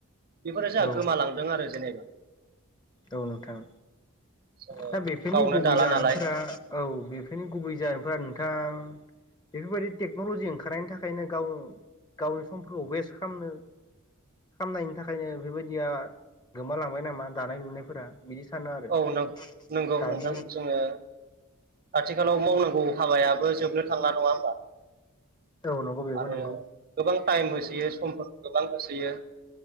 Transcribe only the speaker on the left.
औ
औ नोंथां
दा बेफोरनि
गुबै
जाहोनफोरा
औ बेफोरनि गुबै जाहोनफोरा नोंथां बेफोरबायदि टेक्न'लजि ओंखारनायनि थाखायनो गाव गावनि समफोरखौ वेस्ट खालामनो खामनायनि थाखायनो बेबायदिया गोमालांबाय नामा दानाय लुनायफोरा बिदि सानो आरो
<unintelligible>
दानि
औ नंगौ बेबो
नंगौ